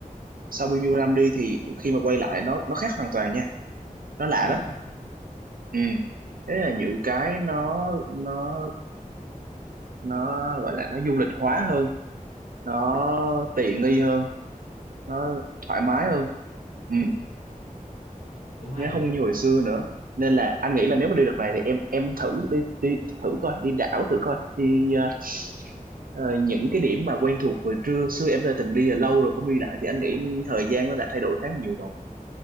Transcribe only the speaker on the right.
sau bao nhiêu năm đi thì khi mà quay lại nó nó khác hoàn toàn nha nó lạ
lắm ừ thế là những cái nó nó nó gọi là nó du lịch hóa hơn nó tiện nghi hơn nó thoải mái hơn ừ
nó không
như hồi xưa nữa nên là anh nghĩ là nếu mà đi đợt này thì em em thử đi đi thử coi đi đảo thử coi đi ờ, ờ, những cái điểm mà quen thuộc hồi trưa xưa em đã từng đi là lâu rồi không đi lại thì anh nghĩ thời gian nó đã thay đổi khá nhiều rồi